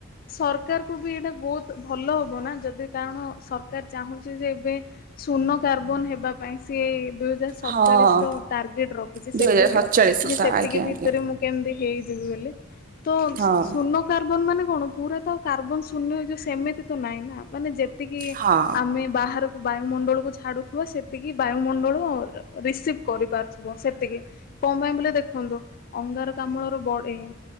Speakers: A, on the left; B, on the right.
A: ସରକାରକୁୁ ବି ଏଇଟା ବହୁତ ଭଲ ହବ ନା ଯଦି କାରଣ ସରକାର ଚାହୁଁଚି ଯେ ଏବେ ଶୁନୋକାର୍ବନ ହେବା ପାଇଁ ସିଏ ଦୁଇ ହଜାର ସତ୍ଚାଳିଶି
B: ହଁ
A: ର ଟ୍ରାଗେଟ୍ ରଖୁଚି
B: ଦୁଇ
A: ସେତିକି
B: ହଜାର ସତଚାଳିଶ ସୁଦ୍ଧା
A: ଯେ ସେତିକି
B: ଆଜ୍ଞା ଆଜ୍ଞା
A: ଭିତରେ ମୁଁ କେମିତି ହେଇଯିବି ବୋଲି। ତ ଶୁନ୍
B: ହଁ
A: ଶୁନୋ କାର୍ବନ ମାନେ କଣ ପୁରା ତ କାର୍ବନ ଶ୍ଵନ୍ୟ ହେଇଯିବ ସେମିତି ତ ନାହିଁ ନା ମାନେ ଯେତ୍ ଯେତିକି
B: ହଁ
A: ଆମେ ବାହାରକୁ ବାୟୁମଣ୍ଡଳକୁ ଛାଡୁଥିବା ସେ ସେତିକି ବାୟୁମଣ୍ଡଳ ରିସିଭ୍ କରିପାରୁଥିବ ସେତିକି କଣ ପାଇଁ ବୋଲେ ଦେଖନ୍ତୁ। ଅଙ୍ଗାରକାମ୍ଳ ର ବଡେଇ